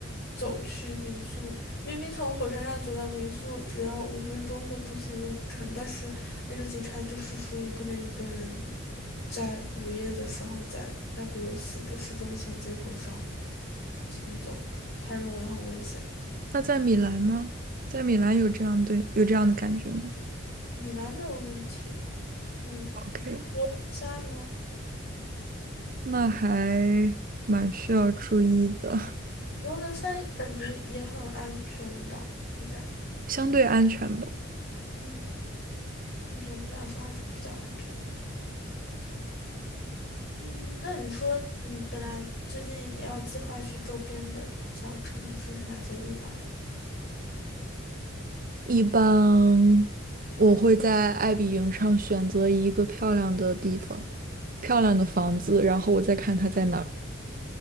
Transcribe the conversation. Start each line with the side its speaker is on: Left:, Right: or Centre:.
Left: 走去民宿。明明从火车站走到民宿只要五分钟的步行路程，但是那个警察就是说你不能一个人在午夜的时候在那不勒斯的市中心街头上行走，他认为很危险。
Right: 那在米兰呢？在米兰有这样对，有这样的感觉吗
Left: 米兰没有问题，嗯，
Right: ？OK，
Left: 现在呢？
Right: 那还蛮需要注意的，
Left: 佛罗伦萨感觉也很安全吧，应该。
Right: 相对安全吧。
Left: 嗯。嗯，总体来说还是比较安全的。嗯，那你说你本来最近也要计划去周边的小城市是哪些地方呀？
Right: 一般我会在爱彼迎上选择一个漂亮的地方，漂亮的房子，然后我再看它在哪儿。